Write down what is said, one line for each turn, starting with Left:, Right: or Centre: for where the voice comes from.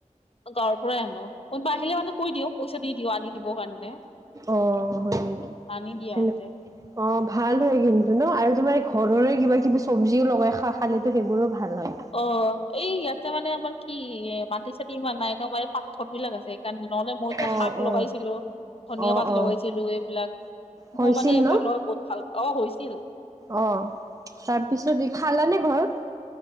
Left: গাঁৱৰ পৰাই আনো কোনোবা আহিলে মানে কৈ দিও পইচা দি দিও আনি দিবৰ কাৰণে।
Right: অ', হয় নেকি।
Left: আনি দিয়ে
Right: সেনে-
Left: আহোঁতে
Right: অ, ভাল হয় কিন্তু ন আৰু তোমাৰ ঘৰৰে কিবা-কিবি চব্জিও লগাই খা-খালেতো, সেইবোৰো ভাল হয়।
Left: অ, এই ইয়াতে মানে আমাৰ কি এ মাটি-চাতি হোৱা নাই ন মই এই পাথৰ বিলাক আছে সেইকাৰণে, নহ'লে মইতো
Right: অ
Left: শাক লগাইছিলোঁ,
Right: অ
Left: ধনিয়া
Right: অ
Left: পাত
Right: অ
Left: লগাইছিলোঁ এইবিলাক।
Right: হৈছিল
Left: মই মানে এইবিলাক
Right: ন
Left: লৈ বহুত ভাল পাওঁ। অ, হৈছিল।
Right: অ, তাৰপিছত ই খালানে ঘৰত?